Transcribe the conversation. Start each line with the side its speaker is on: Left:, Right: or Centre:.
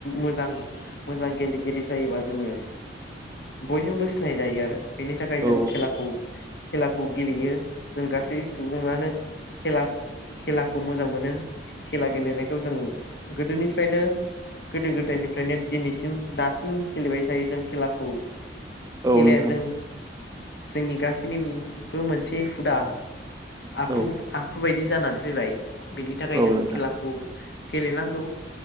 Left: मोजां मोजां गेलेगिरि जायोबा जोङो बयजोंबो सिनायजायो आरो बेनि थाखाय
Right: औ
Left: जों खेलाखौ खेलाखौ गेलेयो जों गासै सुबुङानो खेला खेलाखौ मोजां मोनो खेला गेलेनायखौ जों गोदोनिफ्रायनो गोदो गोदायनिफ्रायनो दिनैसिम दासिम गेलेबाय थायो जों खेलाखौ खेलाया
Right: औ नोंथां
Left: जों जोंनि गासैनिबो मोनसे हुदा आखु
Right: औ
Left: आखु बायदि जानानै फैबाय बिनि थाखाय
Right: औ
Left: जों
Right: नोंथां
Left: खेलाखौ गेलेनांगौ